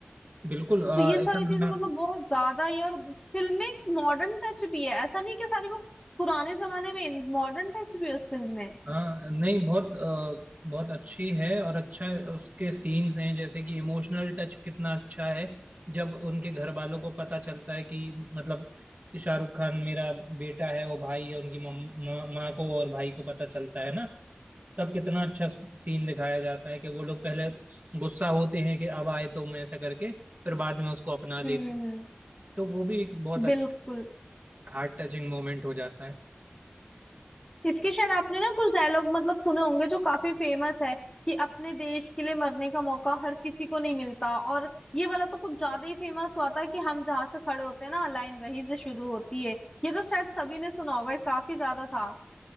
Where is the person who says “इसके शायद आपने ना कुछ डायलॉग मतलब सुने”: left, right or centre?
Left